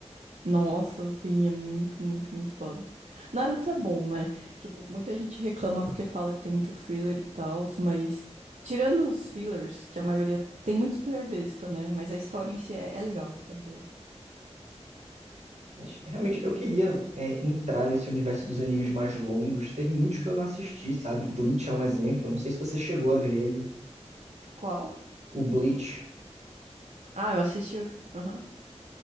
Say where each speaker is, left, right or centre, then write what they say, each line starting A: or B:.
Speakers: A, on the right; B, on the right.
A: Nossa, assim, é muito, muito, muito foda. Naruto é bom, né? Tipo, muita gente reclama porque fala que tem muito filler e tal, mas tirando os fillers, que a maioria tem muito filler besta, né? Mas a história em si é, é legal, é boa.
B: Mas realmente eu
A: Tirando
B: queria
A: aquelas-
B: é, entrar nesse universo dos animes mais longos. Teve muitos que eu não assisti, sabe? Bleach é um exemplo, eu não sei se você chegou a ver ele.
A: Qual?
B: O Bleach,
A: Ah, eu assisti. Aham.